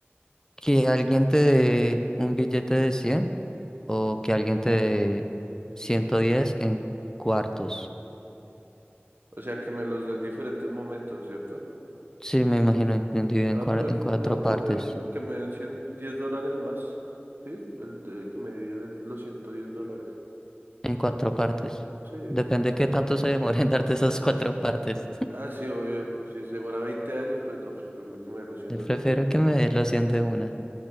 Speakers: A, on the left; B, on the right.
A: Que alguien te dé un billete de 100 o que alguien te dé 110 en cuartos.
B: O sea, que me los den diferentes momentos, ¿cierto?
A: Sí, me imagino dividido
B: Ah,
A: en, cuar-
B: pues
A: en cuatro
B: no, que
A: partes.
B: me, que me den 100 10 dólares más. Sí, el de- que me dividan el- los 110 dólares.
A: en cuatro partes.
B: Sí.
A: Depende qué tanto se demore en darte esas cuatro partes.
B: Ah, sí, obvio. Si se demora 20 años, pues no, pues prefiero que me
A: <laughs>
B: den los 100
A: Yo
B: dólares
A: prefiero
B: ya.
A: que me dé los 100 de una.